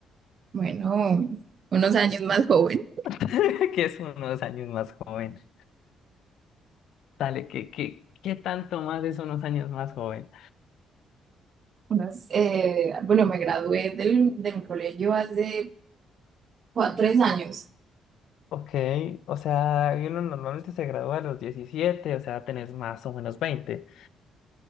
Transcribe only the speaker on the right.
Bueno, unos años más joven.
Unos, eh, bueno, me gradué del, de mi colegio hace cua- tres años.